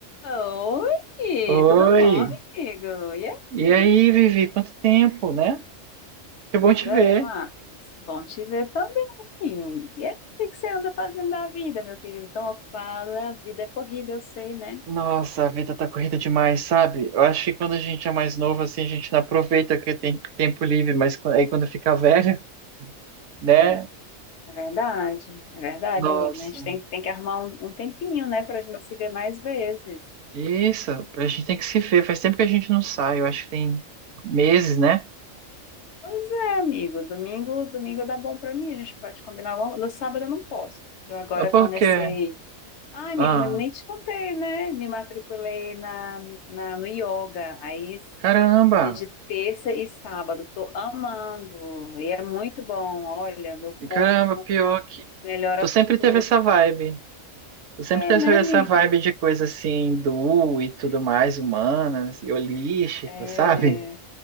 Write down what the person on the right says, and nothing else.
Oi!
E aí, Vivi? Quanto tempo, né? Que
bom te
ver.
Nossa, a vida tá corrida demais, sabe? Eu acho que quando a gente é mais novo, assim, a gente não aproveita que tem tempo livre, mas quan- aí quando fica velho, <laughs> né?
Nossa,
isso, a gente tem que se ver. Faz tempo que a gente não sai, eu acho que tem meses, né?
Ah, Por
quê?
Ah,
caramba!
Caramba, pior que.
Tu sempre
teve essa vibe. eu Sempre
tenho essa
essa
vibe de coisa assim, do e tudo mais, humanas e holística,
sabe?